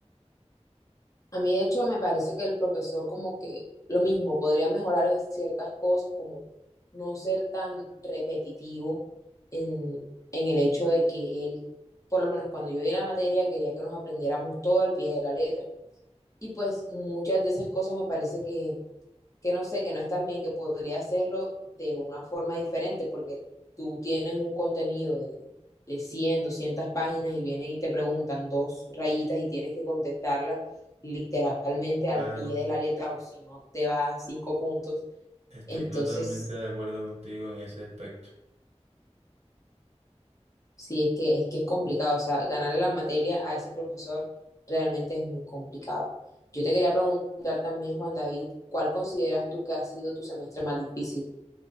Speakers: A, on the left; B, on the right.
A: A mí, de hecho, me parece que el profesor como que lo mismo, podría mejorar en ciertas cosas, como no ser tan repetitivo en, en el hecho de que él, por lo menos cuando yo di la materia, quería que nos aprendiéramos todo al pie de la letra. Y pues muchas de esas cosas me parece que que no sé, que no están bien, que podría hacerlo de una forma diferente, porque tú tienes un contenido de, de 100, 200 páginas y vienen y te preguntan dos rayitas y tienes que contestarlas literalmente
B: Claro,
A: al pie de la letra o si no te vas a cinco puntos.
B: estoy
A: Entonces,
B: totalmente de acuerdo contigo en ese aspecto.
A: sí, es que es que es complicado, o sea, ganarle la materia a ese profesor realmente es muy complicado. Yo te quería preguntar también, Juan David, ¿cuál consideras tú que ha sido tu semestre más difícil?